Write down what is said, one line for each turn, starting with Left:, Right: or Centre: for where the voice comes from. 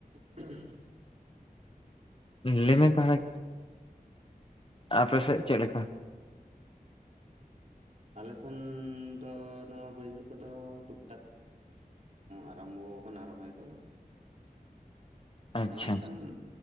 Right: <unintelligible>
Left: ᱞᱟᱹᱭᱢᱮ ᱛᱟᱦᱚᱞᱮ ᱟᱯᱮ ᱥᱮᱫ ᱪᱮᱫ ᱞᱮᱠᱟ?
Right: ᱟᱞᱮ ᱥᱮᱱ ᱫᱚ ᱱᱚᱶᱟ ᱵᱟᱹᱭᱡᱦᱟᱹᱲ ᱠᱚᱫᱚ ᱴᱩᱠᱴᱟᱠ ᱟᱨᱟᱢᱵᱚ ᱠᱟᱱᱟ ᱨᱚᱦᱚᱭ ᱠᱚᱫᱚ
Left: ᱟᱪᱪᱷᱟ
Right: ᱱᱚ ᱚᱱᱠᱟᱱ